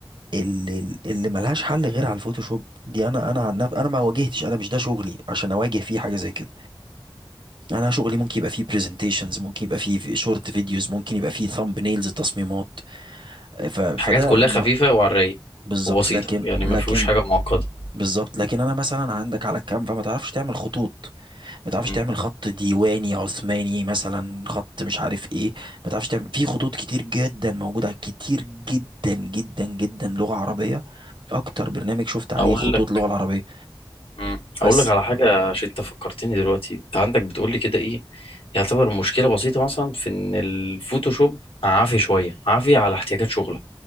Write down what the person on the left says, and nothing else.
حاجات كلها
خفيفة وعلى الرايق
وبسيطة
يعني
ما فيهوش حاجة معقدة
مم.
أقول
لك
مم.
أقول لك على حاجة عشان أنت فكرتني دلوقتي أنت عندك بتقول لي كده إيه يعتبر مشكلة بسيطة مثلا في إن الفوتوشوب عافي شوية عافي على احتياجات شغلك